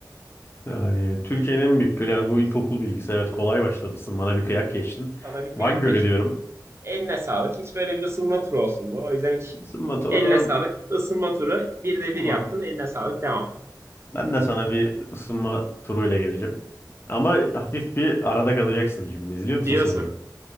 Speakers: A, on the left; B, on the right.
A: Yani Türkiye'nin en büyük gölü yani bu ilkokul bilgisi evet kolay başlamışsın bana bir kıyak geçtin.
B: Sana bir kıyak
A: Van Gölü
B: geçtim.
A: diyorum.
B: Eline sağlık. Hiç böyle bir ısınma turu olsun bu. O yüzden hiç
A: Isınmatı
B: eline
A: o zaman
B: sağlık. Isınma turu bir de
A: tamam.
B: bir yaptın. Eline sağlık. Devam.
A: Ben de sana bir ısınma turuyla geleceğim. Ama hafif bir arada kalacaksın şimdi. İzliyor musun
B: Diyorsun.
A: soruyu?